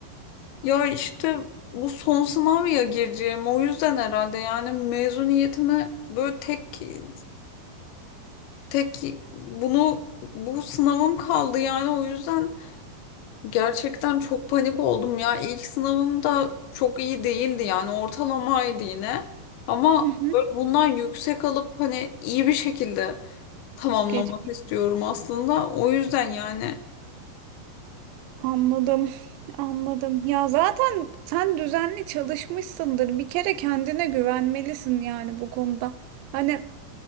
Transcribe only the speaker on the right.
Hı hı.
Geç.
Anladım. Anladım. Ya zaten sen düzenli çalışmışsındır. Bir kere kendine güvenmelisin yani bu konuda. Hani